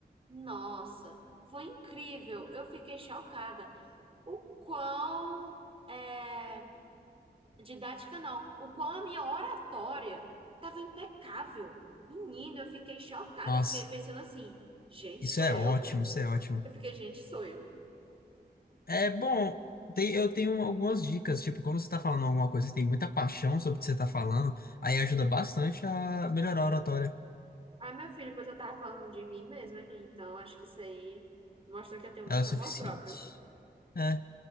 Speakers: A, on the right; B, on the left.
A: Nossa, foi incrível. Eu fiquei chocada. o quão é, didática não, o quão a minha oratória estava impecável. Menino, eu fiquei chocada,
B: Nossa,
A: eu fiquei pensando assim, gente,
B: isso
A: sou
B: é
A: eu.
B: ótimo, isso é ótimo.
A: Eu fiquei, gente, sou eu.
B: É bom, tem- eu tenho algumas dicas, tipo, quando você tá falando alguma coisa, você tem muita paixão sobre o que você tá falando, aí ajuda bastante a melhorar a oratória.
A: Ah, meu filho, pois eu tava falando de mim mesma ali, então acho que isso aí mostra que eu tenho
B: Ela
A: muito
B: é o suficiente.
A: amor próprio.
B: É,